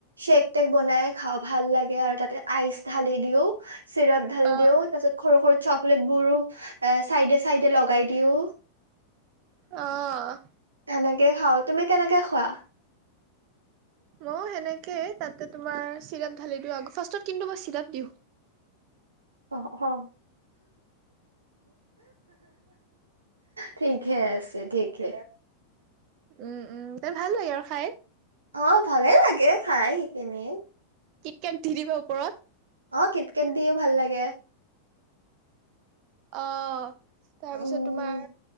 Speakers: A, on the right; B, on the right.
A: চেক টেক বনাই খাওঁ ভাল লাগে আৰু তাতে আইচ ঢালি দিও। চিৰাপ ঢালি
B: অ',
A: দিওঁ তাৰ পিছত সৰু সৰু চকলেট বোৰো চাইডে চাইডে লগ গাই দিও
B: অঁ
A: তেনেকে খাও তুমি কেনেকে খোৱা
B: মই সেনেকেই তাতে তোমাৰ চিৰাপ ঢালি দিওঁ
A: অ অ ঠিকে আছে। ঠিকে
B: উম উম ভাল লাগে আৰু খাই।
A: অ ভালে লাগে খাই সেইখিনি।
B: কিটক দি দিবা ওপৰত।
A: অ কিত কেট দিও ভাল লাগে।
B: অঁ তাৰপিছত
A: উম
B: তোমাৰ